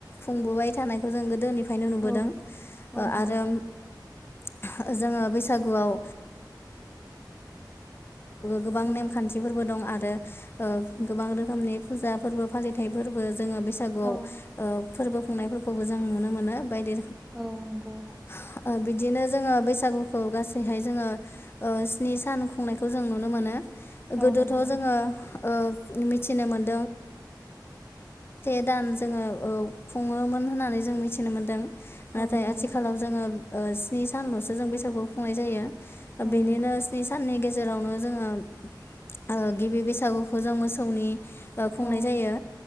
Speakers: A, on the left (about 30°); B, in the centre.
A: खुंबोबाय थानायखौ जों गोदोनि फायनो नुबोदों
B: औ औ
A: ओ आरो
B: नंगौ
A: <unintelligible> गो गोबां
B: औ
A: नेमखान्थिफोरबो दं आ रो ओ गोबां रोखोमनि फुजा फोरबो फालिथायाइ फोरबो जोंङो बैसागुआव
B: औ
A: ओ फोरबो खुंनायफोरखौबो जों नुनो मोनो बायदि
B: औ नंगौ
A: <unintelligible> जोङो बैसागुखौ गासैहाय जोंङो स्नि सान खुंनायखौ जों नुनो मोनो गोदोथ'
B: औ नंगौ
A: जोंङो ओ मिथिनो मोन <unintelligible> से दान जोंङो औ खुंङोमोन होनना जों मिथिनो मोन्दों नाथाय
B: औ नंगौ
A: आथिखालाव जोंङो ओ स्नि सानल'सो जों बैसागु खुंनाय जायो
B: औ
A: बेनिनो
B: नंगौ
A: स्नि साननि गेज जेरावनो जोङो ओ गिबि बैसागुखौ जों मोसौनि ओ खुंनाय
B: औ
A: जायो